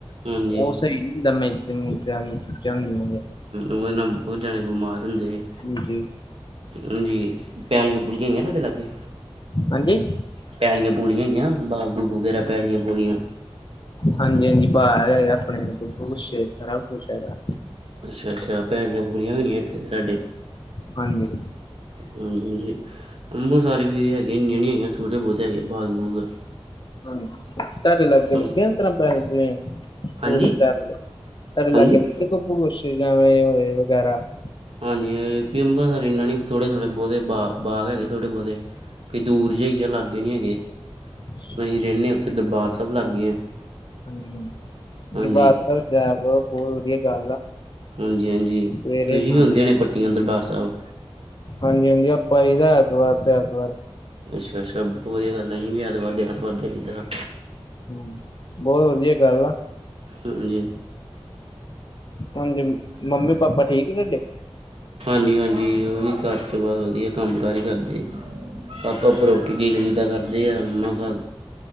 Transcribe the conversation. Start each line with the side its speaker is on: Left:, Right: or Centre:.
Right: ਹਾਂਜੀ
Left: ਉਹ ਸਹੀ <unintelligible> ਨੇ
Right: ਉਹਦੇ ਨਾਲ ਬਹੁਤ ਜਣੇ ਬਿਮਾਰ ਹੁੰਦੇ।
Left: ਹਾਂਜੀ
Right: ਹਾਂਜੀ, ਪਹਿਲੀਆਂ ਭੁੱਲੀਆਂ ਹੈਗੀਆਂ ਤੁਹਾਡੇ ਲਾਗੇ।
Left: ਹਾਂਜੀ
Right: ਪਿਆਲੀਆਂ-ਪੂਲੀਆਂ ਹੈਗੀਆਂ, ਬਾਗ-ਬੂਗ ਵਗੈਰਾ ਪਿਆਲੀਆਂ-ਪੂਲੀਆਂ।
Left: ਹਾਂਜੀ, ਹਾਂਜੀ, ਬਾਹਰ ਹੈਗਾ, ਆਪਣੇ ਬੱਬੂ, ਗੁੱਛੇ ਸਾਰਾ ਕੁਝ ਹੈਗਾ।
Right: ਅੱਛਾ, ਅੱਛਾ, ਪੈਲੀਆਂ-ਪੂਲੀਆਂ ਵੀ ਹੋਣੀਆਂ ਇੱਥੇ ਤੁਹਾਡੇ?
Left: ਹਾਂਜੀ,
Right: ਹ ਅੰਬਰ ਸਾਰ ਵੀ ਹੈਗੀਆਂ, ਇਨੀਆਂ ਨਹੀਂ ਹੈਗੀਆਂ। ਥੋੜੇ ਬਹੁਤ ਹੈ ਬਾਗ ਬੂਗ
Left: <inaudible>
Right: ਹਾਂਜੀ ਹਾਂਜੀ
Left: <inaudible>
Right: ਹਾਂਜੀ ਹਾਂਜੀ ਵੀ ਅੰਮ੍ਰਿਸਰ ਇੰਨਾ ਨਹੀਂ ਥੋੜ੍ਹੇ ਥੋੜ੍ਹੇ ਬਹੁਤੇ ਬਾਗ ਹੈਗੇ ਥੋੜ੍ਹੇ ਬਹੁਤੇ ਵੀ ਦੂਰ ਜਹੀ ਆ ਲਾਗੇ ਨਹੀਂ ਹੈਗੇ
Left: ਹਾਂਜੀ
Right: ਅਸੀਂ ਰਹਿੰਦੇ ਹਾਂ ਉੱਥੇ ਦਰਬਾਰ ਸਾਹਿਬ ਲਾਗੇ ਹਾਂ।
Left: ਹਾਂਜੀ ਹਾਂ
Right: ਹਾਂਜੀ
Left: ਦਰਬਾਰ ਸਾਹਿਬ ਕੋਲ ਬਹੁਤ ਵਧੀਆ ਗੱਲ ਆ।
Right: ਹਾਂਜੀ ਹਾਂਜੀ
Left: ਸਵੇਰੇ
Right: ਤੁਸੀਂ
Left: ਸ਼ਾਮ
Right: ਵੀ ਆਉਂਦੇ ਹੋ
Left: ਦਾ।
Right: ਨੇ ਪੱਟੀਆਂ ਦਰਬਾਰ ਸਾਹਿਬ
Left: ਹਾਂਜੀ ਹਾਂਜੀ ਆਪਾਂ ਹੀ ਐਤਵਾਰ ਤੇ ਐਤਵਾਰ
Right: ਅੱਛਾ ਅੱਛਾ ਬਹੁਤ ਵਧੀਆ ਗੱਲ ਹੈ। ਅਸੀਂ ਵੀ ਐਤਵਾਰ ਦੇ ਐਤਵਾਰ ਜਾਈਦਾ,
Left: ਹਮ ਬਹੁਤ ਵਧੀਆ ਗਲ ਆ
Right: ਹਾਂਜੀ
Left: ਹਾਂਜੀ ਮੰਮੀ ਪਾਪਾ ਠੀਕ ਤੁਹਾਡੇ
Right: ਹਾਂਜੀ ਹਾਂਜੀ ਉਹ ਵੀ ਘਰ ਚ ਬਹੁਤ ਵਧੀਆ ਕੰਮ ਕਾਰ ਹੀ ਕਰਦੇ ਆਪਾ ਪਰੋ ਲੀ ਤਾਂ ਕਰਦੇ ਆ ਮੰਮਾ ਕਰ